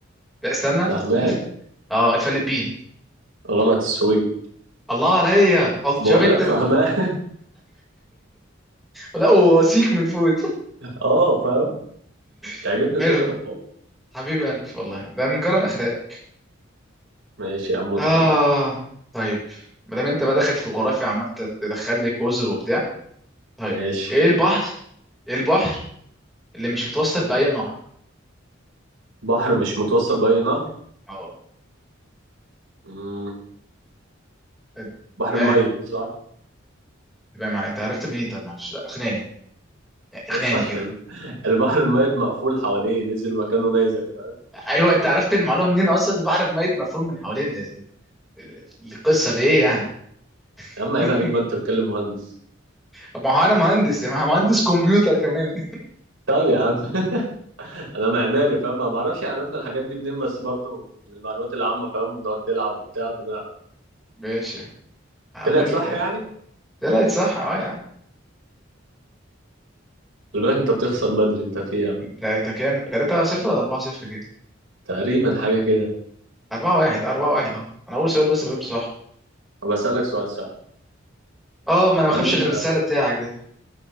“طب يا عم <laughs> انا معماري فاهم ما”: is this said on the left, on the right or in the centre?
Right